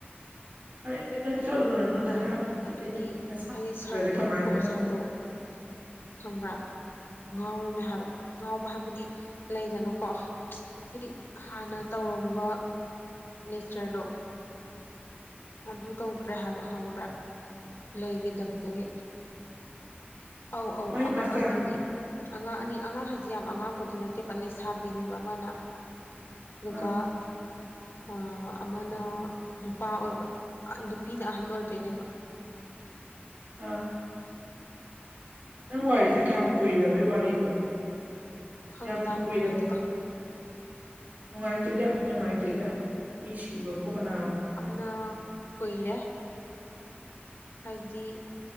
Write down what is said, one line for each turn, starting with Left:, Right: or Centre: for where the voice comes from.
Right: ꯑꯗꯨꯗꯤ ꯅꯪ ꯆꯠꯂꯨꯔꯅꯨꯗ ꯍꯥꯏꯕꯗꯤ ꯅꯠꯇꯦ
Left: ꯑꯗꯨꯅꯤ
Right: ꯅꯁꯥ
Left: ꯍꯥꯏꯗꯤ ꯁꯥꯔꯗꯣ
Right: ꯗ꯭ꯔꯗꯤ ꯀꯃꯥꯏꯅ
Left: ꯑꯩꯈꯣꯏ ꯑꯣꯖꯥꯗꯣ
Right: ꯅ
Left: ꯈꯪꯕ꯭ꯔꯥ ꯉꯥꯎꯔꯤꯅꯦ ꯍꯥꯏꯕ ꯉꯥꯎꯕ ꯍꯥꯏꯕꯗꯤ ꯂꯩꯗꯅꯀꯣ ꯍꯥꯏꯗꯤ ꯍꯥꯟꯅ ꯇꯧꯔꯝꯕ ꯅꯦꯆꯔꯗꯣ ꯑꯗꯨ ꯇꯧꯗ꯭ꯔꯦ ꯍꯥꯏꯕ ꯈꯪꯕ꯭ꯔꯥ ꯂꯩꯈꯤꯗꯕꯗꯒꯤ ꯑꯧ ꯑꯧ
Right: ꯃꯥꯏ
Left: ꯑꯉꯥꯡ
Right: ꯃꯆꯥ
Left: ꯑꯅꯤꯅꯦ ꯑꯉꯥꯡ ꯑꯅꯤ ꯑꯉꯥꯡ ꯍꯥꯏꯁꯦ ꯌꯥꯝ ꯑꯉꯥꯡꯕꯗꯤ ꯅꯠꯇꯦꯕ ꯂꯩꯁꯥꯕꯤꯅꯦꯕ ꯑꯃꯅ ꯑꯗꯨꯒꯥ
Right: ꯑꯥ
Left: ꯑꯥ ꯑꯃꯅ ꯅꯨꯄꯥ ꯑꯣꯏꯕ ꯅꯨꯄꯤꯅ ꯑꯍꯟ ꯑꯣꯏꯗꯣꯏꯅꯦꯕ
Right: ꯑꯥ ꯅꯪ ꯋꯥꯔꯤꯁꯦ ꯀꯌꯥꯝ ꯀꯨꯏꯔꯕꯩ ꯋꯥꯔꯤꯅꯣ
Left: ꯈꯪꯗꯦꯗ
Right: ꯌꯥꯝꯅ
Left: ꯌꯥꯝ
Right: ꯀꯨꯏꯔꯕ
Left: ꯅꯨꯡꯉꯥꯏꯇꯦꯗ
Right: ꯋꯥꯔꯤ ꯅꯨꯡꯉꯥꯏꯇꯦꯗ ꯌꯥꯝ ꯅꯨꯡꯉꯥꯏꯇꯦꯗ ꯑꯁꯏ ꯁꯤꯕꯕꯨ ꯀꯅꯥꯅꯣ
Left: ꯅ ꯀꯨꯏꯔꯦ ꯍꯥꯏꯗꯤ